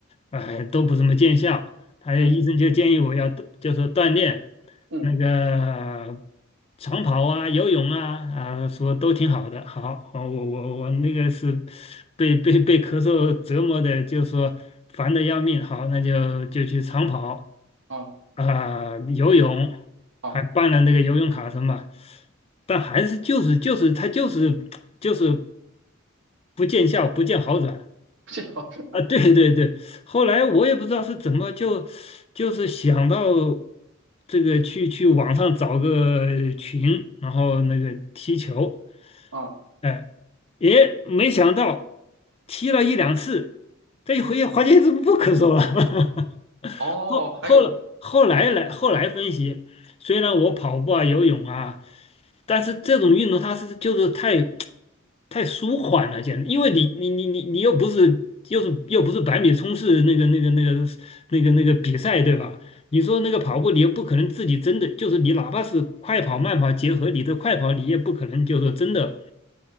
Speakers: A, on the left; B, on the right.
A: 哎，都不怎么见效。他医生就建议我要锻就说锻炼
B: 嗯嗯，
A: 那个长跑啊、游泳啊，啊，说都挺好的。好，好，我我我那个是被被被咳嗽折磨的，就说烦的要命。好，那就就去长跑。
B: 啊。
A: 啊、游泳
B: 好
A: 还办了那个游泳卡什么，但还是就是就是他就是就是不见效，不见好转
B: <laughs> 这好是
A: 啊！对对对，后来我也不知道是怎么就就是想到这个去去网上找个群，然后那个踢球，
B: 啊，
A: 哎，也没想到踢了一两次，这一回发现是不咳嗽了。<laughs>
B: 哦，
A: 后后来后来来后来分析，
B: 还有对，
A: 虽然我跑步啊、游泳啊，但是这种运动它是就是太太舒缓了，简直，因为你你你你你又不是又是又不是百米冲刺那个那个那个那个那个比赛对吧？你说那个跑步，你又不可能自己真的就是你，哪怕是快跑慢跑结合你的快跑，你也不可能就是真的